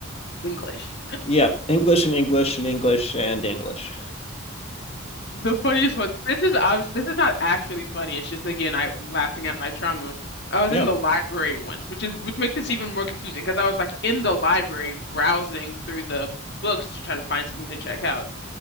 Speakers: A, on the left (about 50°); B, on the left (about 30°).
A: English.
B: yeah. English and English and English and English.
A: The funniest one. This is obvious. This is not actually funny. It's just again, I, I'm laughing at my trauma. I was
B: Yeah.
A: in the library once, which is which makes this even more confusing because I was like in the library browsing through the books to try to find something to check out,